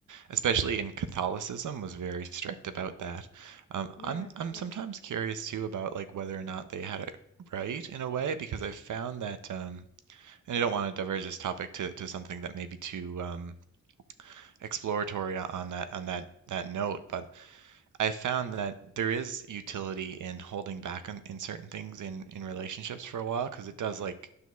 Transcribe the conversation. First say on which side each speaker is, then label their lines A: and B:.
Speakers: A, on the right; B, on the left.
A: especially in Catholicism, was very strict about that. Um,
B: yeah,
A: I'm
B: for
A: I'm
B: sure.
A: sometimes curious too about like whether or not they had it right in a way because I've found that, um, and I don't want to diverge this topic to, to something that may be too um, exploratory on that on that that note, but I found that there is utility in holding back on in certain things in in relationships for a while because it does like